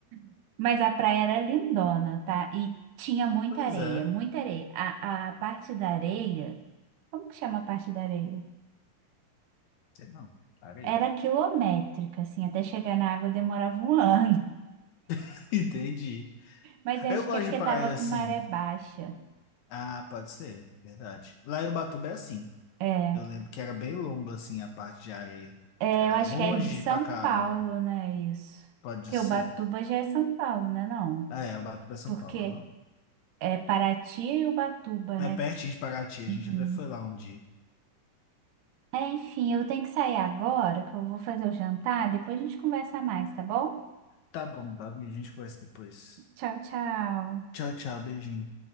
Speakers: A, on the right (about 75°); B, on the left (about 70°).
A: <laughs> Mas a praia era lindona, tá? E tinha muita
B: Pois
A: areia,
B: é.
A: muita areia. A, a parte da areia, como que chama a parte da areia?
B: Sei não. Para aí.
A: Era quilométrica, assim, até chegar na água demorava um <laughs> ano.
B: <laughs> Entendi.
A: Mas eu
B: Aí
A: acho
B: Eu gosto
A: que é porque
B: de praia
A: tava com
B: assim.
A: maré baixa.
B: Ah, pode ser. Verdade. Lá em Ubatuba é assim.
A: É.
B: Eu lembro que era bem longo assim a parte de areia.
A: É,
B: Que era
A: eu
B: longe
A: acho que é de São
B: pra caramba.
A: Paulo, né, isso?
B: Pode
A: Porque
B: ser.
A: Ubatuba já é São Paulo, né, não?
B: Ah, é. Ubatuba é São
A: Porque
B: Paulo. aham.
A: é Paraty e Ubatuba,
B: É
A: né?
B: pertinho de Paraty. A
A: Uhum.
B: gente até foi lá um dia.
A: É, enfim, eu tenho que sair agora, que eu vou fazer o jantar, depois a gente conversa mais, tá bom?
B: Tá bom, Davi. A gente conversa depois.
A: Tchau, tchau.
B: Tchau, tchau. Beijinho.